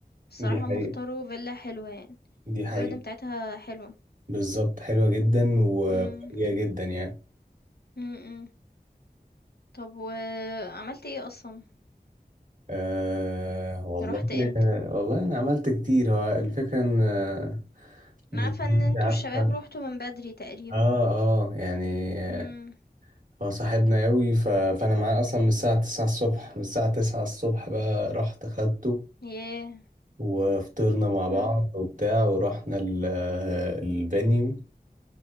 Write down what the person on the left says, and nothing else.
الصراحة
هُم اختاروا فيلا حلوة يعني،
الgarden بتاعتها حلوة.
إمم،
إمم، إمم. طب وعملت إيه أصلًا؟
رُحت إمتى؟
أنا
عارفة إن أنتم
الشباب رُحتوا من بدري تقريبًا.
إمم،
ياه!
إمم،